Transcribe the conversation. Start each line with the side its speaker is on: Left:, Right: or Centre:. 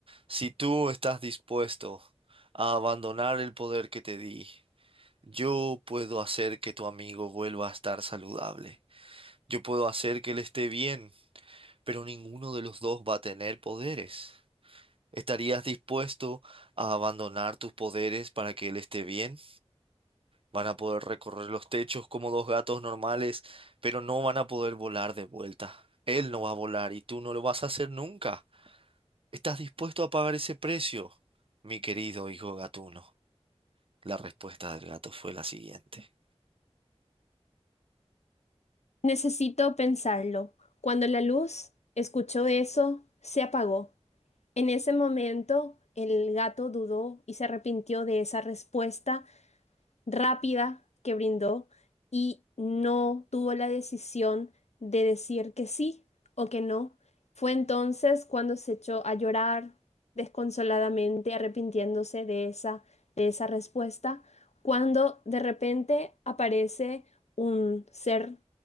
Right: Si tú estás dispuesto a abandonar el poder que te di, yo puedo hacer que tu amigo vuelva a estar saludable. Yo puedo hacer que él esté bien, pero ninguno de los dos va a tener poderes. ¿Estarías dispuesto a abandonar tus poderes para que él esté bien? Van a poder recorrer los techos como dos gatos normales, pero no van a poder volar de vuelta. Él no va a volar y tú no lo vas a hacer nunca. ¿Estás dispuesto a pagar ese precio? Mi querido hijo gatuno. La respuesta del gato fue la siguiente.
Left: Necesito pensarlo. Cuando la luz escuchó eso, se apagó. En ese momento, el gato dudó y se arrepintió de esa respuesta rápida que brindó y no tuvo la decisión de decir que sí o que no. Fue entonces cuando se echó a llorar desconsoladamente, arrepintiéndose de esa, de esa respuesta, cuando de repente aparece un ser